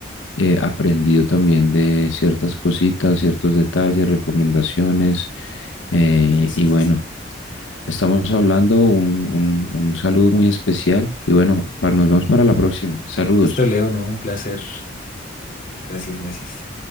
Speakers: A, on the left; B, on the left.
A: eh, aprendido también de ciertas cositas, ciertos detalles, recomendaciones. eh,
B: Sí, sí, sí,
A: y
B: sí,
A: bueno,
B: sí.
A: estamos hablando un, un un saludo muy especial. Y bueno, pa- nos vemos para la próxima. Saludos.
B: Listo, Leo, no, un placer. Gracias, gracias.